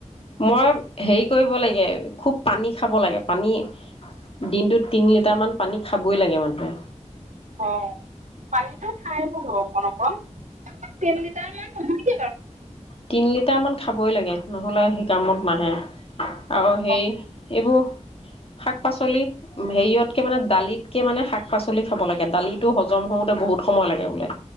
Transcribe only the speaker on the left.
মই হেৰি কৰিব লাগে খুব পানী খাব লাগে পানী দিনটোত তিনি লিটাৰ মান পানী খাবই লাগে মানুহে
তিনি লিটাৰ মান খাবই লাগে নহ'লে শ কামত নাহে আৰু সেই
এইবোৰ শাক পাচলি হেৰিয়তকে মানে দালিতকে মানে শাক পাচলি খাব লাগে দালিতটো হজম হওঁতে বহুত সময় লাগে বোলে